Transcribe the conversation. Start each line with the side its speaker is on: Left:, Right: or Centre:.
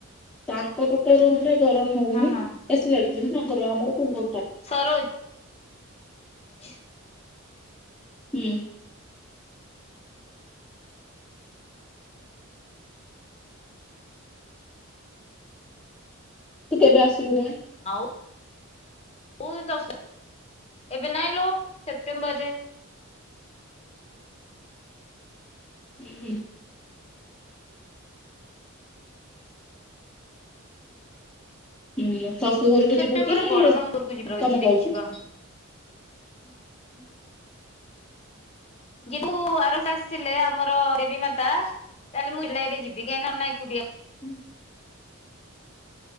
Centre: ତାଙ୍କ ପଟ ରୁମରେ ଗରମ ହଉନି
Left: ହଁ ହଁ
Centre: ଏଥିଲାଗି <unintelligible> ଆମର <unintelligible>
Left: ସରୋଜ। <inaudible>
Centre: ହୁଁ। ତୁ‌ କେବେ ଆସ୍। <unintelligible>
Left: <unintelligible> ଏବେ ନାଇଁଲୋ ସେପ୍ଟେମ୍ବରରେ।
Centre: ହୁଁ ହୁଁ। ହୁଁ ଶାଶୁ ଘରକୁ
Left: ସେପ୍ଟେମ୍ବରରେ
Centre: ଯିବୁ କି ତମ
Left: ବଡ ମାମୁଁ ଘରକୁ ଯିବାର ଅଛି ଦେଖିବା
Centre: ଘରକୁ?
Left: <inaudible> ଯିବୁ ଆର <unintelligible> ଆସିଥିଲେ ଆମର ଦେବୀ ମାତା ତାହେଲେ ମୁଁ ଉଲାଇରେ ଯିବି କାଇଁ ନନା ଏକୁଟିଆ।
Centre: ହୁଁ